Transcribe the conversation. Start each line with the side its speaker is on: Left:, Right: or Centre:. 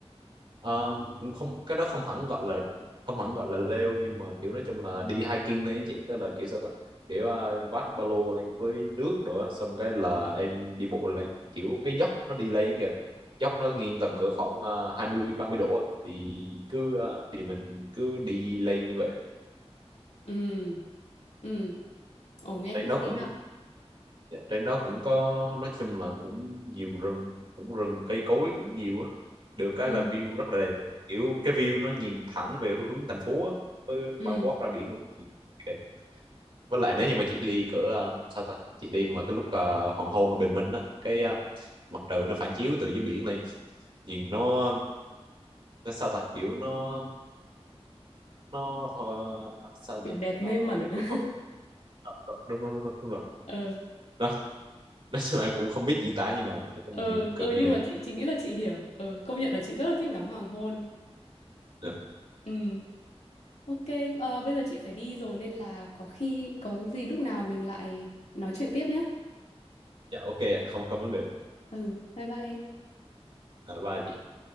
Right: Ờ, không cái đó không hẳn gọi là không hẳn gọi là leo nhưng mà kiểu nói chung là đi hiking lên á chị tức là kiểu sao ta kiểu à, em vác ba lô lên với nước rồi á, xong cái là em đi bộ lên kiểu cái dốc nó đi lên kìa dốc nó nghiêng tầm cỡ khoảng uh, hai mươi ba mươi độ á. thì cứ à, thì mình cứ đi lên như vậy
Left: Ừ. Ừ. Ồ nghe
Right: Lên
Left: cũng hay
Right: nó cũng
Left: ha.
Right: Dạ. trên đó cũng có nói chung là cũng nhiều rừng cũng rừng cây cối cũng nhiều á được cái
Left: Ừ.
Right: là view rất là đẹp kiểu cái view nó nhìn thẳng về hướng thành phố á với
Left: Ừ,
Right: bao quát ra biển luôn Nhìn đẹp với lại nếu như mà chị đi cỡ à, sao ta chị đi mà cái lúc à, hoàng hôn ở bình minh á cái à, mặt trời nó phản chiếu từ dưới biển lên nhìn nó nó sao ta kiểu nó nó ờ, sao nhỉ
Left: kiểu đẹp mê
Right: nó
Left: mẩn.
Right: em
Left: <laughs>
Right: cũng không biết Ờ, đúng đúng đúng, đúng, đúng rồi
Left: ờ
Right: nó nói chung em cũng không biết diễn tả như nào nói chung
Left: ờ
Right: nhìn cực
Left: ờ
Right: kỳ
Left: nhưng
Right: đẹp
Left: mà chị chị nghĩ là chị hiểu. Ờ công nhận là chị rất là thích ngắm hoàng hôn.
Right: Dạ.
Left: Ừ. Ok, ờ, bây giờ chị phải đi rồi nên là có khi có gì lúc nào mình lại nói chuyện tiếp nhé.
Right: Dạ ok ạ, không không vấn đề.
Left: Ừ, bye bye em.
Right: À, bye chị.